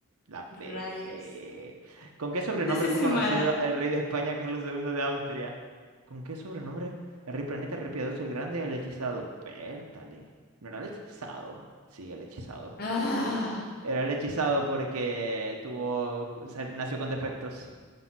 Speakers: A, on the right; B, on the left.
A: La pegué.
B: Rayos.
A: ¿Con qué sobrenombre
B: Yo sí
A: fue
B: soy
A: conocido
B: mala.
A: el rey de España, Carlos segundo de Austria? ¿Con qué sobrenombre? El rey planeta, el rey piadoso, el grande, el hechizado. Vértale. ¿No era el hechizado? Sí, el hechizado.
B: ¡Ah!
A: Era el hechizado porque tuvo, o sea, nació con defectos.